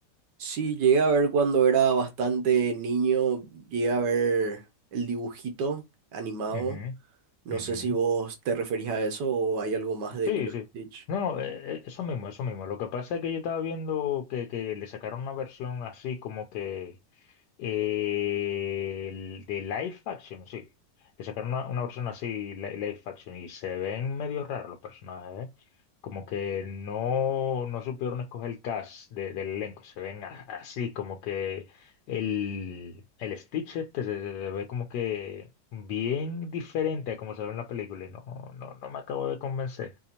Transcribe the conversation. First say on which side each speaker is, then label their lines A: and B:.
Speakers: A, on the right; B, on the left.
A: Sí, llegué a ver cuando era bastante niño, llegué a ver el dibujito animado.
B: Ujú,
A: No
B: ujú.
A: sé si vos te referís a eso o hay algo más de
B: Sí,
A: Lilo
B: sí.
A: y Stitch.
B: No, eh, eh, eso mismo, eso mismo. Lo que pasa es que yo estaba viendo que, que le sacaron una versión así como que... Eh, el de live action, sí. Le sacaron una, una versión así, li- live action, y se ven medio raros los personajes, ¿eh? Como que no, no supieron escoger el cast de- del elenco, se ven a- así, como que el, el Stitch este se, se ve como que bien diferente a como se ve en la película, y no, no, no me acabo de convencer.